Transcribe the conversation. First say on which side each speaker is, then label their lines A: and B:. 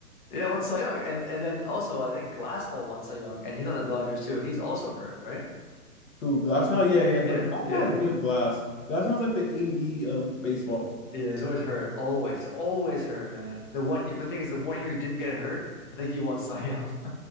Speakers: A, on the left; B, on the left.
A: Yeah, won Cy Young. And and then also I think Glasnow won Cy Young and he's on the Dodgers too, and he's also hurt, right?
B: Who, Glasnow? Yeah, yeah, but
A: Yeah,
B: Glasnow
A: yeah.
B: is made of glass. Glasnow's like the AD of baseball.
A: Yeah, he's always hurt. Always. He's always hurt, man. The one year, but thing is, the one year he didn't get hurt, I think he won Cy Young.